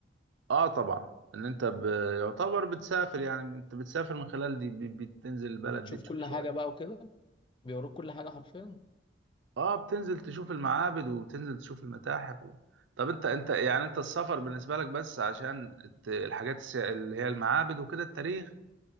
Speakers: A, on the right; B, on the left.
A: اه طبعا ان انت ب... يعتبر بتسافر يعني انت بتسافر من خلال دي ب- بتنزل البلد
B: وبتشوف
A: دي تشوف
B: كل
A: شوية
B: حاجه بقى وكده بيوروك كل حاجه حرفيا
A: اه بتنزل تشوف المعابد وبتنزل تشوف المتاحف و... طب انت انت يعني انت السفر بالنسبة لك بس عشان الت- الحاجات الس- اللي هي المعابد وكده التاريخ